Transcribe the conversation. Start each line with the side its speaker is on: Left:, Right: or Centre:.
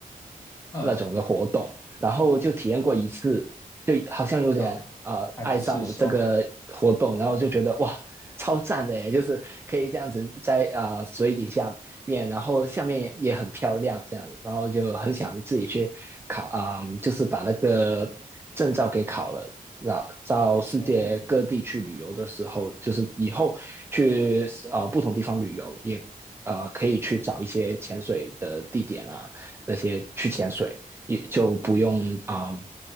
Left: 嗯，
Right: 那种的活动，然后就体验过一次，就好像有点呃爱上了这个活动，
Left: 就爱不释手
Right: 然后就觉得哇。超赞的耶，就是可以这样子在呃水底下面，然后下面也很漂亮这样子，然后就很想自己去考啊、嗯就是把那个证照给考了，然后到世界各地去旅游的时候，
Left: 哦
Right: 就是以后去呃不同地方旅游，也呃可以去找一些潜水的地点啊，那些去潜水，也就不用啊、嗯